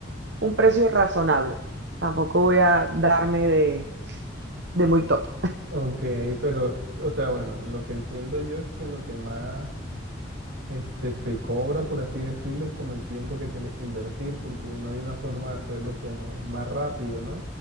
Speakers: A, on the right; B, on the right.
A: un precio razonable. Tampoco voy a darme de, de muy top.
B: Ok, pero, o sea, bueno, lo que entiendo yo es que lo que más Este, se cobra, por así decirlo, es como el tiempo que tienes que invertir, porque no hay una forma de hacerlo como más rápido, ¿no?